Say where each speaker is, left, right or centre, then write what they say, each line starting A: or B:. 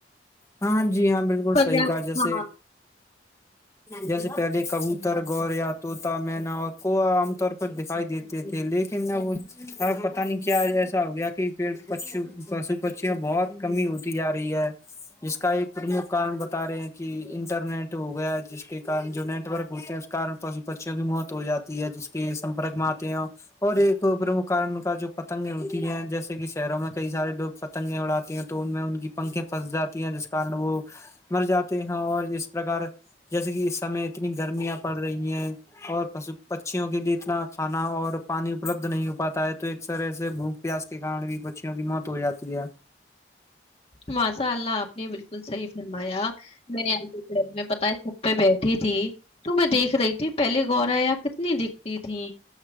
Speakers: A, on the left; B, on the left.
A: ہاں جی ہاں بالکل
B: ہاں
A: صحیح کہ جیسے جیسے پہلے کبوتر گوریا طوط مینا اور کو عام طور پر دکھائی دیتے تھے لیکن اب پتا نہیں کیا ایسا ہو گیا کہ پڑ پ پشو پشی بہت کمی ہوتی جا رہی ہے جس کا ایک پرمکھ کن بتا رہے ہیں کہ انٹرنیٹ ہو گیا جس کے جو نیٹ ورک ہوتے ہیں اس کن پشو پچیوں کی موت ہو جاتی ہے جس کے سمپرک میں آتے ہیں اور ایک پرمکھ کارن ان کا جو پتنگیں ہوتی ہیں جیسے کہ شہروں میں کئی سارے لوگ پتنگیں اڑاتے ہیں تو ان میں ان کی پنکھے پھنس جاتی ہیں جس کن وہ مر جاتے ہیں اور اس پرکار جیسے کہ اس سمے اتنی گرمیاں پڑ رہی ہیں اور پ پکچیوں کے لیے اتنا کھانا اور پانی اپلبدھ نہیں ہو پاتا ہے تو ایک طرح سے بھوک پیاس کے کار بھی پکچوں کی موت ہو جاتی ہے
B: ماسا اللہ آپ نے بالکل صحیح فرمایا میںے پتا پ بیٹھی تھی تو میں دیکھ رہی تھی پہلے گورا کتنی دکھتی تھھی